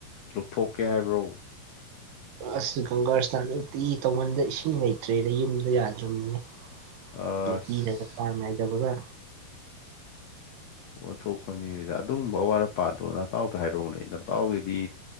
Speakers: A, on the left; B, on the right.
A: ꯂꯨꯞꯊꯣꯛꯀꯦ ꯍꯥꯏꯕ꯭ꯔꯣ
B: ꯑꯁ ꯒꯪꯒꯔꯁꯅꯥꯟ ꯅꯨꯡꯇꯤ ꯇꯧꯃꯟꯗ ꯏꯁꯤꯡ ꯂꯩꯇ꯭ꯔꯦꯗ ꯌꯨꯝꯗ ꯌꯥꯗ꯭ꯔꯕꯅꯤꯅꯦ
A: ꯑꯁ
B: ꯇꯣ ꯇꯤꯅꯒ ꯆꯥꯡꯅꯥꯢꯗꯕꯒ
A: ꯑꯣꯟꯊꯣꯛꯄꯅꯤꯗ ꯑꯗꯨꯒꯨꯝꯕ ꯑꯋꯥꯠꯄꯥꯗꯣ ꯅꯇꯥꯎꯗ ꯍꯥꯏꯔꯛꯑꯣꯅꯦ ꯅꯇꯥꯎꯒꯤꯗꯤ